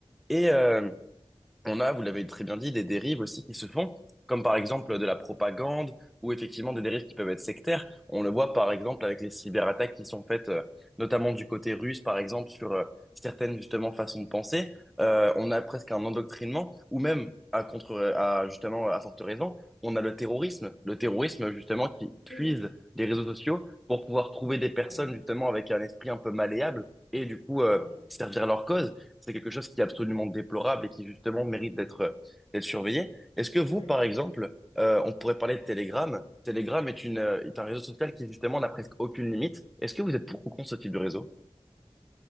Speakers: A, in the centre; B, on the left.
A: Et euh, on a, vous l'avez très bien dit, des dérives aussi qui se font, comme par exemple de la propagande ou effectivement des dérives qui peuvent être sectaires. On le voit par exemple avec les cyberattaques qui sont faites, euh, notamment du côté russe, par exemple, sur euh, certaines justement façons de penser. Euh, on a presque un endoctrinement, ou même à contre, à justement à forte raison, on a le terrorisme, le terrorisme justement qui puise
B: Oui,
A: les réseaux sociaux pour pouvoir trouver des personnes
B: voilà.
A: justement avec un esprit un peu malléable et du coup euh,
B: Ouais,
A: servir leur cause. C'est quelque chose qui est absolument déplorable et qui justement mérite d'être d'être surveillé. Est-ce que vous,
B: ouais.
A: par exemple, euh, on pourrait parler de Telegram. Telegram est une, euh, est un réseau social qui justement n'a presque aucune limite. Est-ce que vous êtes pour ou contre ce type de réseau?